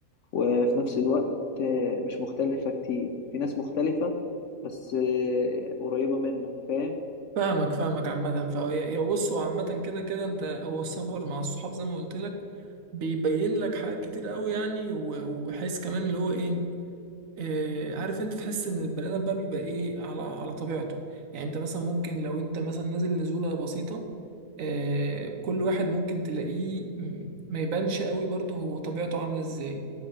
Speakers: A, on the left; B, on the right.
A: وفي نفس الوقت آه، مش مختلفة كتير في ناس مختلفة بس آه، قريبة منك فاهم
B: فاهمك فاهمك عامة فهي هو بص هو عامة كده كده انت هو السفر مع الصحاب زي ما قلت لك بيبين لك حاجات كتير قوي يعني و- وحس كمان اللي هو ايه اه عارف انت تحس ان البني ادم بقى بيبقى ايه على على طبيعته يعني انت مثلا ممكن لو انت مثلا نازل نزولة بسيطة آه، كل واحد ممكن تلاقيه م- ما يبانش قوي برضه هو طبيعته عاملة ازاي